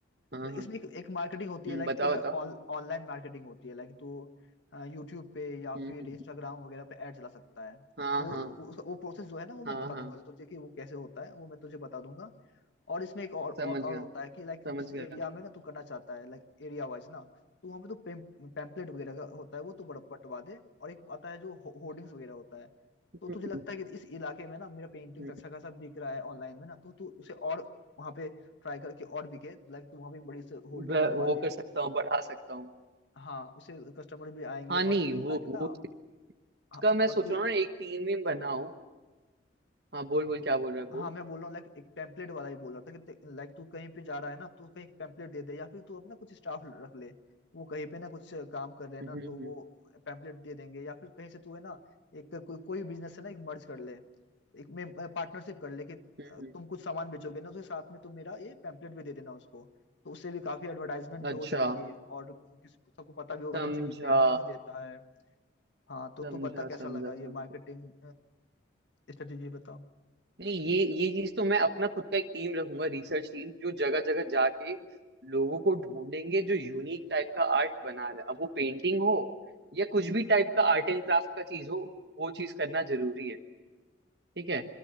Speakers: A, on the right; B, on the left.
A: हम्म,
B: Like,
A: हाँ
B: इसमें एक, एक मार्केटिंग होती है
A: हम्म
B: लाइक
A: बताओ बताओ
B: ऑनलाइन मार्केटिंग होती है लाइक तू यूट्यूब पे या
A: हम्म
B: फिर
A: हम्म,
B: इंस्टाग्राम
A: हम्म।
B: वगैरह पे ऐड चला सकता है
A: हाँ
B: वो
A: हाँ
B: वो, उसका- वो प्रोसेस जो है ना वो मैं
A: हाँ
B: बता
A: हाँ
B: दूंगा तुझे कि वो कैसे होता है वो मैं तुझे बता दूंगा और इसमें एक और और,
A: समझ
B: और
A: गया
B: होता है कि लाइक
A: समझ
B: जिस एरिया
A: गया हम्म
B: में ना तू करना चाहता है लाइक एरिया वाइज ना तो वहाँ पे तो पैम्पलेट वगैरह का होता है वो तू बड़ा पटवा दे और एक आता है जो होर्डिंग्स वगैरह होता है
A: हम्म,
B: तो तुझे लगता है कि इस इलाके में ना मेरा पेंटिंग्स
A: हम्म,
B: अच्छा खासा बिक रहा है ऑनलाइन में ना तो तू उसे और वहाँ पे ट्राई करके और बिके लाइक तू वहाँ पे एक बड़ी से होल्डिंग
A: ब-
B: लगवा
A: वो
B: दे
A: कर सकता हूँ बढ़ा सकता हूँ
B: हाँ उसे कस्टमर भी आएंगे
A: हाँ
B: और
A: नहीं
B: तू
A: वो
B: लाइक ना
A: वो
B: हाँ,
A: उसका मैं
B: और
A: सोच
B: तू
A: रहा हूँ ना एक टीम भी बनाऊं हाँ बोल बोल क्या बोल रहा है बोल
B: हाँ मैं बोल रहा हूँ लाइक एक टेम्पलेट वाला ही बोल रहा था कि लाइक तू कहीं पे जा रहा है ना तू कहीं टेम्पलेट दे दे या फिर तू अपना कुछ स्टाफ रख ले वो कहीं पे ना कुछ काम कर रहे हैं
A: हम्म
B: ना तो
A: हम्म
B: वो टेम्पलेट दे देंगे या फिर कहीं से तू है ना एक कोई कोई बिजनेस है ना एक मर्ज कर ले एक में पार्टनरशिप कर ले कि
A: हम्म, हम्म,
B: तुम कुछ सामान बेचोगे ना उसके साथ में तुम मेरा ये पैम्पलेट भी दे देना उसको तो उससे भी काफी एडवर्टाइजमेंट
A: अच्छा
B: भी हो जाएगी और किस- सबको पता भी होगा
A: समझा
B: कि अच्छा ये पेंटिंग्स देता है हाँ तो
A: समझा
B: तू बता कैसा
A: समझा
B: लगा ये
A: समझा
B: मार्केटिंग स्ट्रेटेजी बता
A: नहीं ये ये चीज तो मैं अपना खुद का एक टीम रखूंगा रिसर्च टीम जो जगह जगह जाके लोगों को ढूंढेंगे जो यूनिक टाइप का आर्ट बना रहा है अब वो पेंटिंग हो या कुछ भी टाइप का आर्ट एंड क्राफ्ट का चीज हो वो चीज करना जरूरी है ठीक है